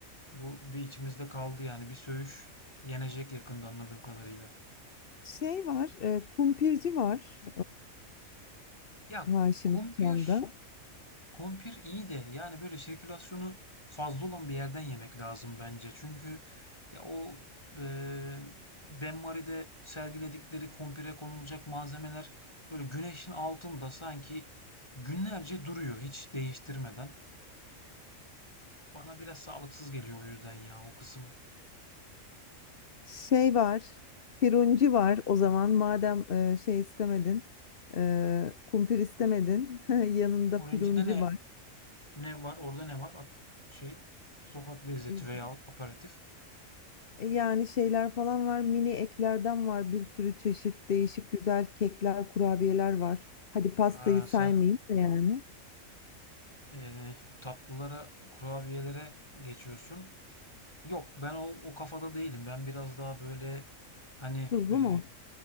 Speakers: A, on the left; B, on the left.
A: Bu bir içimizde kaldı yani bir Söğüş yenecek yakında anladığım kadarıyla.
B: Şey var, e, kumpirci var.
A: Ya
B: Haşim
A: kumpir
B: İşcan'da.
A: Kumpir iyi de yani böyle sirkülasyonu fazla olan bir yerden yemek lazım bence. Çünkü ya o e, Ben Mary'de sergiledikleri kumpire konulacak malzemeler böyle güneşin altında sanki günlerce duruyor hiç değiştirmeden. Bana biraz sağlıksız geliyor o yüzden ya o kısım.
B: Şey var, Firunci var. O zaman madem e, şey istemedin, e, kumpir istemedin, <laughs> yanında
A: Orange'de
B: Firunci
A: ne ne var? Orada ne var? At- Şey, sokak lezzeti
B: var.
A: veya aperatif.
B: E, Yani şeyler falan var, mini eklerden var, bir sürü çeşit değişik güzel kekler, kurabiyeler var. Hadi pastayı
A: Aa,
B: saymayın
A: sen
B: da yani.
A: e, tatlılara, kurabiyelere geçiyorsun. Yok ben o, o kafada değilim. Ben biraz daha böyle hani
B: Tuzlu
A: e,
B: mu?